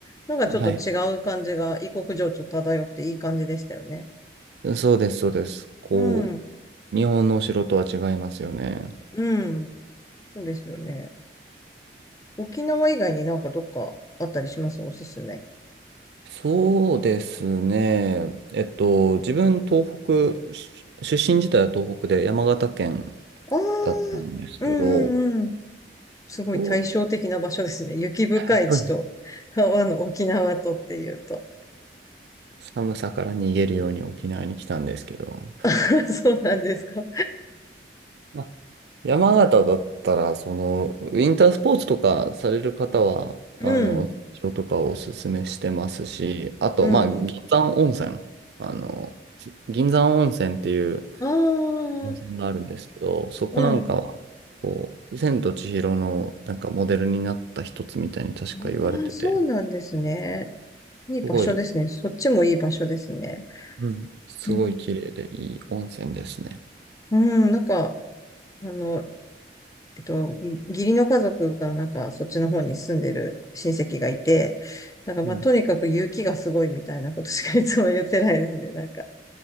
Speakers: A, on the left; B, on the right.
A: なんかちょっと違う感じが異国情緒漂っていい感じでしたよね。
B: はい。そうです、そうです。こ
A: うん。
B: う、日本のお城とは違いますよね。
A: うん。そうですよね。沖縄以外になんかどっかあったりしますおすすめ。
B: そうですね。えっと、自分、東北、し出身自体は東北で山形県
A: ああ、
B: だったんですけど、
A: うんうんうん。すごい対照的な場所ですね。
B: そう
A: <laughs> 雪深い地と、
B: <laughs>
A: あの、沖縄とっていうと。
B: 寒さから逃げるように沖縄に来たんですけど、
A: <laughs> そうなんですか。
B: まあ山形だったら、その、ウィンタースポーツとかされる方は、
A: うん。
B: あの、人とかをおすすめしてますし、あと、
A: うん。
B: まあ、銀山温泉、
A: ん
B: あの、銀山温泉っていう
A: ああ、
B: 温泉があるんですけど、そこなんかは、
A: うん。
B: こう、千と千尋のなんかモデルになった一つみたいに確か言われてて、
A: ああ、そうなんですね。いい場所ですね。
B: すごい、
A: そっちもいい場所ですね。
B: うん、すごい綺麗でいい温泉ですね。
A: うん、うんなんか、あの、えっと、義理の家族がなんかそっちの方に住んでる親戚がいて、なんかまあとにかく雪がすごいみたいなことしかいつも言ってないですね、
B: うん。
A: なんか。